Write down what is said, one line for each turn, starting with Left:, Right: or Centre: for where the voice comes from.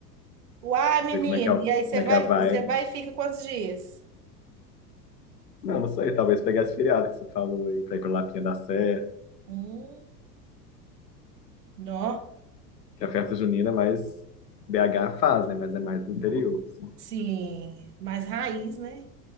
Right: Uai, menino.
Left: Ver como é que é, o-
Right: E aí você
Left: como
Right: vai,
Left: é que é a vibe.
Right: você vai e fica quantos dias?
Left: Não, não sei, talvez pegar esse feriado que você falou aí pra ir pra Lapinha da Serra,
Right: Hum, nó.
Left: que a festa junina é mais BH faz, né? Mas é mais do interior. assim.
Right: Sim, mais raiz, né?